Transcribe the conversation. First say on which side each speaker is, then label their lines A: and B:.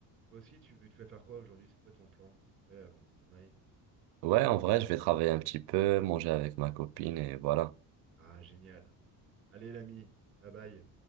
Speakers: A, on the right; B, on the right.
A: Toi aussi, tu, veux- tu vas faire quoi aujourd'hui? C'est quoi ton plan, vite fait, avant qu'on s'en aille?
B: Ouais, en vrai, je vais travailler un petit peu, manger avec ma copine et voilà.
A: Ah, génial. Allez, l'ami, bye bye.